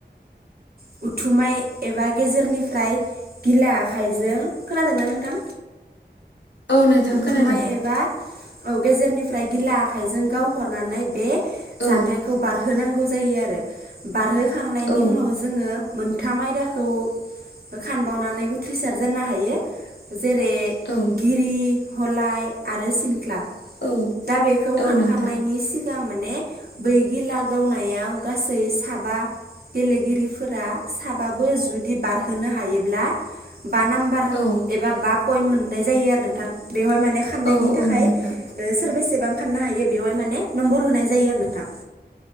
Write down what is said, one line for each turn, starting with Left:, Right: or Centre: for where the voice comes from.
Right: ओ उथुमाय एबा गेजेरनिफ्राय गिला आखायजों खोनादोंना नोंथां
Left: औ नोंथां
Right: उथुमाय
Left: खोनादों
Right: एबा औ गेजेरनिफ्राय गिला आखाइजों गावहरनानै बे
Left: औ
Right: जान्थाइखौ बारहोनां गौ जायो आरो बारहोखांनायनि
Left: औ
Right: उनाव जोङो मोनथाम आयदाखौ खानबावनानै उथ्रिसार जानो हायो जेरै
Left: औ
Right: गिरि हलाय आरो सिनख्लाब
Left: औ
Right: दा बेखौ
Left: औ
Right: फानखांनायनि
Left: नोंथां
Right: सिगां सिगां माने बै गिला गावनायाव गासै साबा गेलेगिरिफोरा साबाबो जुदि बारहोनो हायोब्ला बा नाम्बार
Left: औ
Right: एबा बा पइन्ट मोननाय जायो आरो नोंथां बेवहाय माने खारनायनि
Left: औ
Right: थाखाय
Left: औ नोंथां
Right: सोरबेसेबां फाननो हायो बेवहाय माने नम्बर होनाय जायो आरो नोंथां।